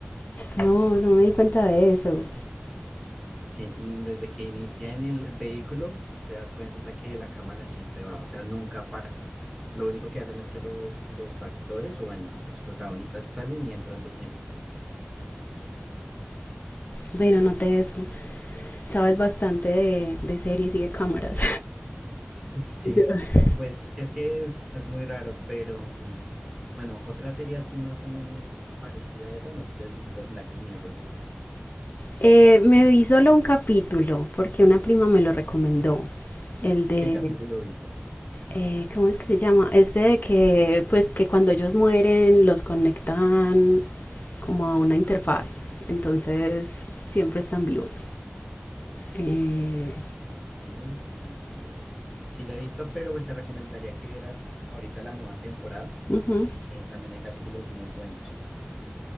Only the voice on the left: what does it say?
No, no me di cuenta de eso.
Bueno, noté eso. Sabes bastante de, de series y de cámaras.
<laughs> Yo-
Eh, me vi solo un capítulo porque una prima me lo recomendó. El de,
eh, ¿cómo es que se llama? Este de que, pues, que cuando ellos mueren los conectan como a una interfaz. Entonces, siempre están vivos. Eh,
ujú,